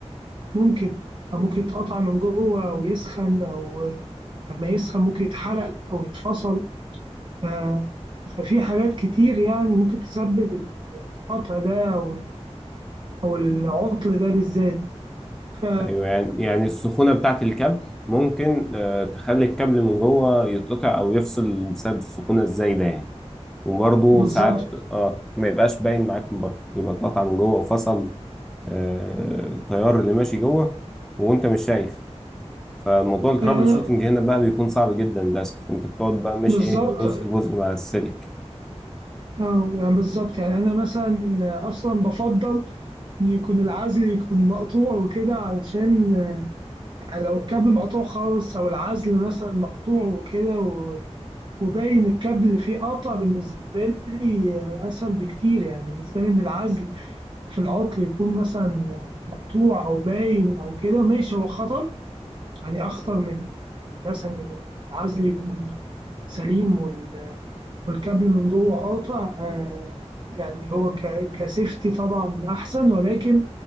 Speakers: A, on the right (about 40°); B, in the centre.
A: ممكن أو ممكن يتقطع من جوه أو يسخن أو آه، لما يسخن ممكن يتحرق أو يتفصل آه، ففي حاجات كتير يعني ممكن تسبب القطع ده أو أو العطل ده بالذات ف-
B: ايوه يعني يعني السخونه بتاعه الكابل ممكن آه، تخلي الكابل من جوه يتقطع او يفصل بسبب السخونه الزايده يعني وبرضه
A: بالظبط
B: ساعات اه ما يبقاش باين معاك من بره يبقى اتقطع من جوه وفصل آه، التيار اللي ماشي جوه وانت مش شايف فموضوع الترابل
A: يعني
B: شوتنج هنا بقى بيكون صعب جدا للاسف انت بتقعد بقى ماشي
A: بالظبط
B: ايه جزء جزء مع السلك
A: اه يعني بالظبط يعني انا مثلا اصلا بفضل ان يكون العزل يكون مقطوع وكده علشان آه، يعني لو الكابل مقطوع خالص او العزل مثلا مقطوع وكده و- وباين الكابل اللي فيه قطع بالنسبه لي آه، اسهل بكتير يعني بالنسبه لي ان العزل في العطل يكون مثلا مقطوع او باين او كده ماشي هو خطر يعني اخطر من مثلا العزل يكون سليم والكابل من جوه قاطع آه، يعني هو ك- كسيفتي طبعا أحسن ولكن